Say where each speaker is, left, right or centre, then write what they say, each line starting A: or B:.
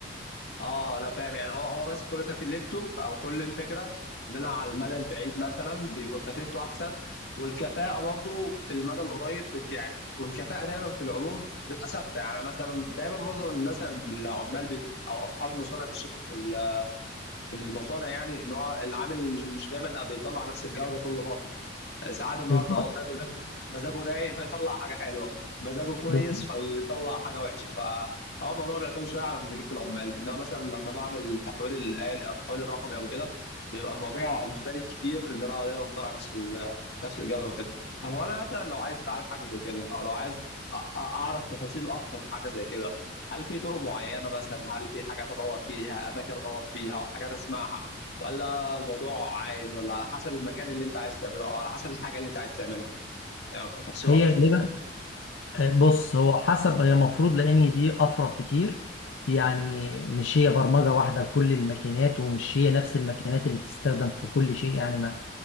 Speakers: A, on the left; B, on the left.
A: اه انا فاهم يعني هو هو بس كل تكلفته او كل الفكره ان انا على المدى البعيد مثلا بيكون تكلفته احسن والكفاءه برضو في المدى القريب بت يعني والكفاءه دايما في العموم بتبقى ثابته يعني مثلا دايما معظم الناس العمال بي او اصحاب المصانع بيشتكوا في ال- في المصانع يعني ان هو العامل مش مش دايما بيطلع نفس الجوده كل فتره ساعات النهارده
B: بالظبط
A: والله مزاجه مزاجه رايق فيطلع حاجه حلوه مزاجه كويس
B: بالظبط.
A: فيطلع حاجه وحشه فهو الموضوع بيعتمد شويه على مزاجيه العمال انما مثلا لما بعمل تحويل الآل التحويل الرقمي او كده بيبقى الموضوع مختلف كتير ان انا دايما بطلع نفس ال- نفس الجوده وكده طب هو انا مثلا لو عايز اتعلم حاجه زي كده او لو عايز أ- أ- اعرف تفاصيل اكتر في حاجه زي كده هل في طرق معينه مثلا هل في حاجات ادور فيها اماكن ادور فيها حاجات اسمعها ولا الموضوع عايم ولا على حسب المكان اللي انت عايز تعمله او على حسب الحاجه اللي انت عايز تعملها يعني محتاج تفاصيل
B: هي
A: اكتر
B: غالبا بص هو حسب هي المفروض لان دي افرع كتير يعني مش هي برمجه واحده لكل الماكينات ومش هي نفس الماكينات اللي بتستخدم في كل شيء يعني ما